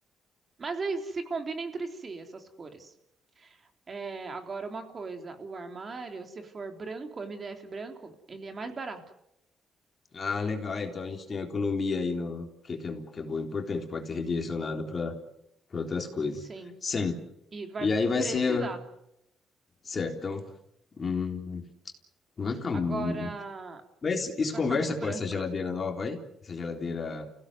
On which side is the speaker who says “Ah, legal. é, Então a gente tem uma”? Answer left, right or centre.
Left